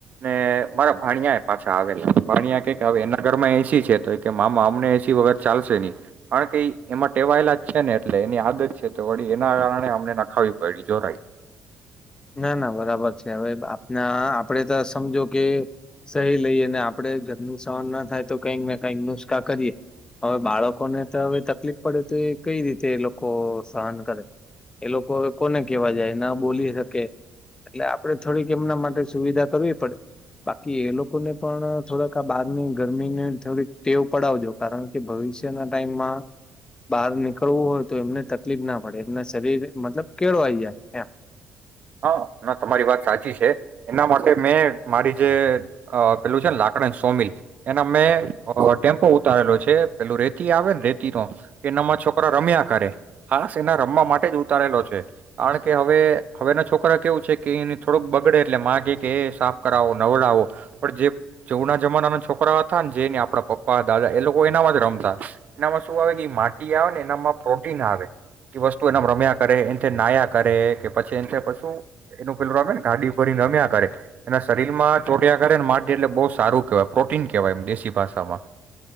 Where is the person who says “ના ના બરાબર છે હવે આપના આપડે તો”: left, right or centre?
Left